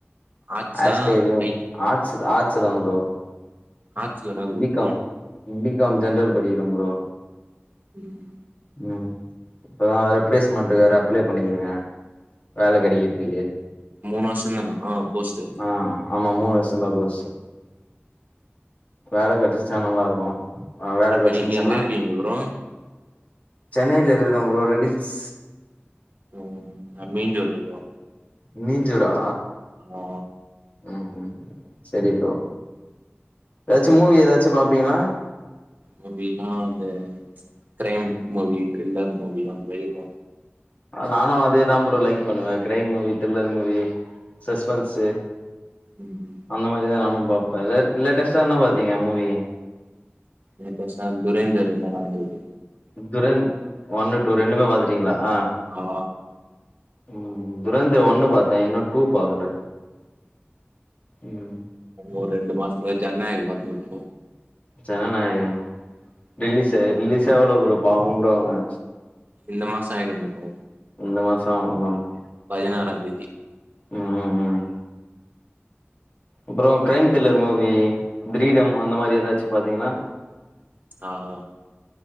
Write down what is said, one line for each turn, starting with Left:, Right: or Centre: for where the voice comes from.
Right: ஆர்ட்ஸா
Left: ஹேர் ஸ்டைல்
Right: லைக்
Left: ஆட்ஸ் ஆட்ஸ்த ப்ரோ
Right: ஆட்ஸ்ல என்ன group
Left: B
Right: bro
Left: com B com general படிக்கிறேன் ப்ரோ
Right: ம்
Left: ம் இப்பதா வேற பிளேஸ்மெண்டுக்கு வேற அப்ளை பண்ணிருகேன் வேல கிடைக்கிறதுக்கு
Right: மூணு வருஷம்தான ஆ கோர்ஸ்சு
Left: ஆ ஆமா மூணு வருஷம் தான் கோர்ஸ் வேல கெடச்சிட்ட நல்லா இருக்கும் வேல
Right: இப்ப
Left: கெடச்சுன்னா
Right: நீங்க எங்க இருக்கீங்க ப்ரோ
Left: சென்னைல இருக்கறேன் ப்ரோ ரெடில்ஸ்
Right: ம் நா மீஞ்சூர்ல ப்ரோ
Left: மீஞ்சூரா
Right: ஆ
Left: ம் ம் சரி ப்ரோ ஏதாச்சு மூவி ஏதாச்சு பாப்பீங்ளா
Right: மூலின்னா அந்த கிரைம் மூவி த்ரில்லர் மூவி அந்த மாறி பாப்பேன்
Left: நானும் அதேதான் ப்ரோ லைக் பண்ணுவேன் crime movie thriller movie suspense
Right: ம் ம்
Left: அந்த மாறித நானும் பாப்பேன் லேட்டஸ்டா என்ன பாத்தீங்க மூவி
Right: லேட்டஸ்டா துரேந்தரு நல்லா இருந்தது
Left: துரேந் ஒன்னு டூ ரெண்டுமே பாத்துடீங்களா ஆ
Right: ஆ
Left: ம் துரேந்தர் ஒன்னு பாத்தேன் இன்னும் டூ பாக்கல ம்
Right: ஒரு ரெண்டு மாசத்துக்கு முன்னாடியோ ஜனநாயகன் பாத்து முடிச்சிட்டோம்
Left: ஜன நாயகன் ரிலீஸ் ரிலீஸ்ஸே ஆவல ப்ரோ பாவம் ப்ரோ அவன்
Right: இந்த மாசம் ஆயிடும் ப்ரோ
Left: இந்த மாசம் அவன் தா ப்ரோ
Right: பதினாறாம் தேதி
Left: ம் ம் அப்புறம் கிரைம் த்ரில்லர் மூவி கிரீடம் அந்த மாறி ஏதாச்சு பாத்தீங்கள்ளா
Right: ஆ ஆ